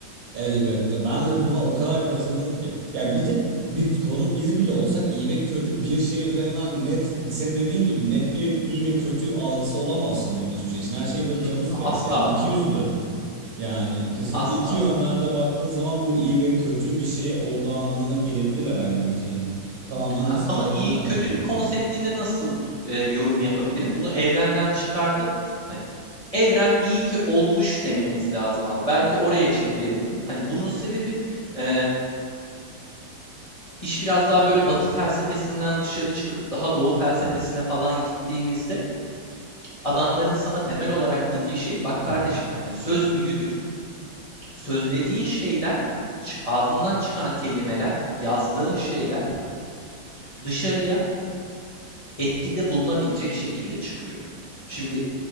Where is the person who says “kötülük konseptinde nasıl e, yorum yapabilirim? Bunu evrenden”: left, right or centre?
Left